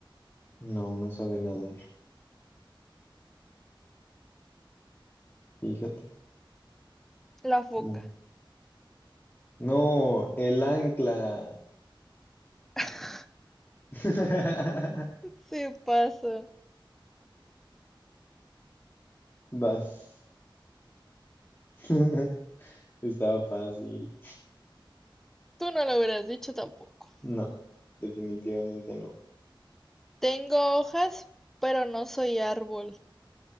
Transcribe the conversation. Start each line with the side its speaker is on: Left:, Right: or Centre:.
Left: No, no sabe nadar. Fíjate.
Centre: La foca.
Left: No. No, el ancla.
Centre: <laughs>
Left: <laughs>
Centre: Sí pasa.
Left: Vas. <laughs> Estaba fácil.
Centre: Tú no lo hubieras dicho tampoco.
Left: No, definitivamente no.
Centre: Tengo hojas, pero no soy árbol.